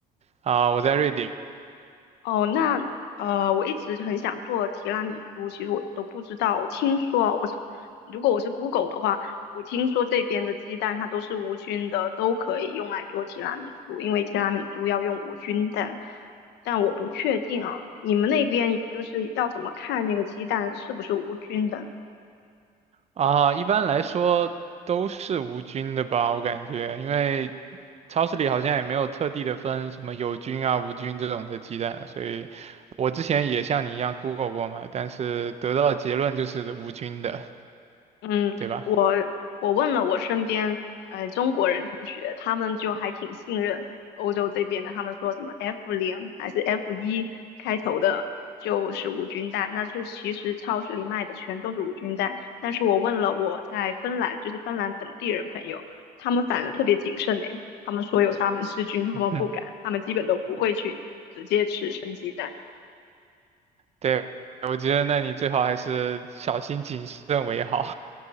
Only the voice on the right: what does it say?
啊、我在瑞典
啊、一般来说都是无菌的吧，我感觉，因为。超市里好像也没有特地的分什么有菌啊、无菌这种的鸡蛋，所以我之前也像你一样 Google 过嘛，但是得到的结论就是无菌的，
对吧？
<laughs>
嗯
对，我觉得那你最好还是小心谨慎为好。